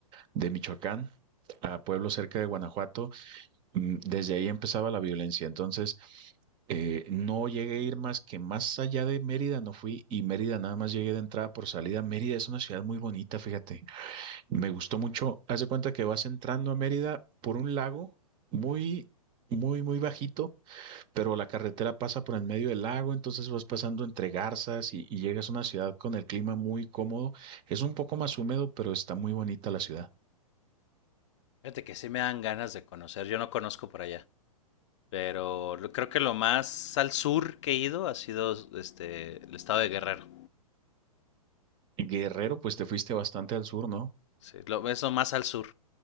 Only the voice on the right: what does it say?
de Michoacán, a pueblos cerca de Guanajuato, mm, desde ahí empezaba la violencia. Entonces, eh, no llegué a ir más que más allá de Mérida, no fui y Mérida nada más llegué de entrada por salida. Mérida es una ciudad muy bonita, fíjate. Me gustó mucho. Haz de cuenta que vas entrando a Mérida por un lago muy, muy, muy bajito, pero la carretera pasa por en medio del lago, entonces vas pasando entre garzas y, y llegas a una ciudad con el clima muy cómodo. Es un poco más húmedo, pero está muy bonita la ciudad.
Guerrero, pues te fuiste bastante al sur, ¿no?